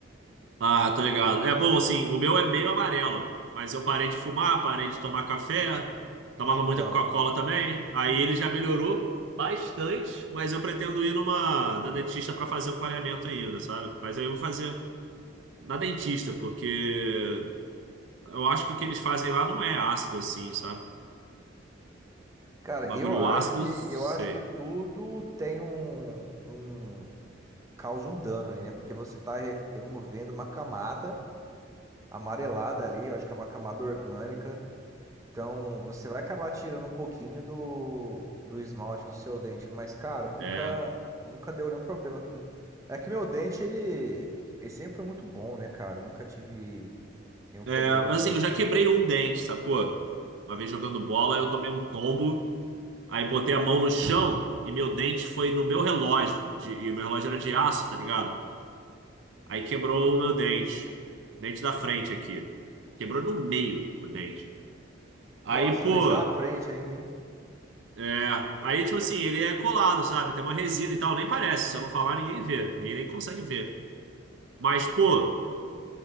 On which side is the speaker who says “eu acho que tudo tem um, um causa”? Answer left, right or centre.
Right